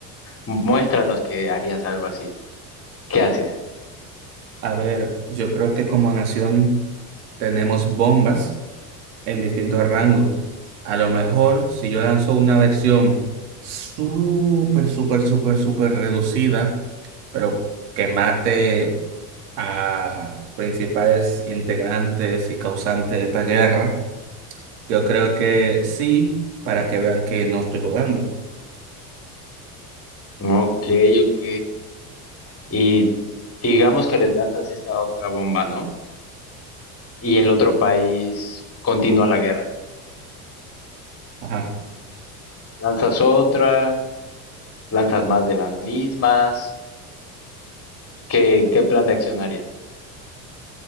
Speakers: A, on the left; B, on the right.
A: muéstranos que harías algo así, ¿qué haces?
B: A ver, yo creo que como nación tenemos bombas en distintos rangos. A lo mejor si yo lanzo una versión súper, súper, súper, súper reducida, pero que mate a principales integrantes y causantes de esta guerra, yo creo que sí, para que vean que no estoy jugando.
A: Ok, ok, y digamos que les lanzas esta otra bomba, ¿no? Y el otro país continúa la guerra,
B: Ajá.
A: lanzas otra, lanzas más de las mismas, ¿qué, qué plan de acción harías?